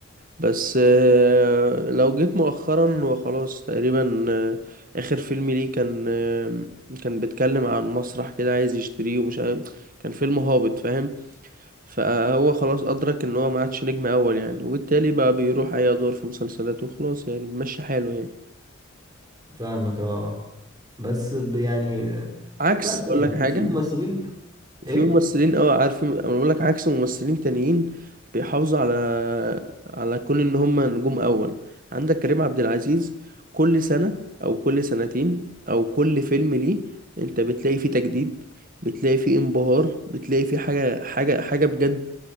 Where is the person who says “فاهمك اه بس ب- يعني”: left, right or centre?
Right